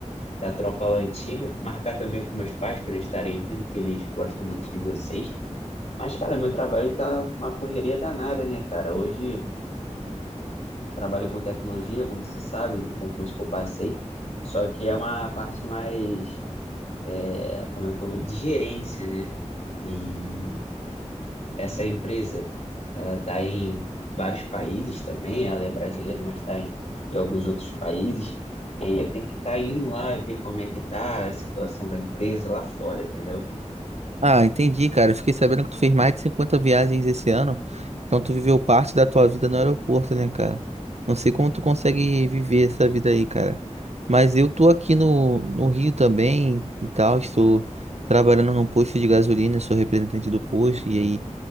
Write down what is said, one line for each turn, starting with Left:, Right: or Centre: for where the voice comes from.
Left: da tropa lá antiga, marcar também com meus pais para eles estarem vindo, que eles gostam muito de vocês. Mas, cara, meu trabalho tá uma correria danada, né, cara? Hoje trabalho com tecnologia, como você sabe, no concurso que eu passei, só que é uma parte mais, é, como é que eu vou, de gerência, né? E essa empresa, ela está em vários países também, ela é brasileira, mas está em, em alguns outros países, e aí eu tenho que estar indo lá ver como é que tá a situação da empresa lá fora, entendeu?
Right: Ah, entendi, cara. Eu fiquei sabendo que tu fez mais de 50 viagens esse ano. Então tu viveu parte da tua vida no aeroporto, né, cara? Não sei como tu consegue viver essa vida aí, cara. Mas eu tô aqui no, no Rio também e tal. Estou trabalhando num posto de gasolina, sou representante do posto. E aí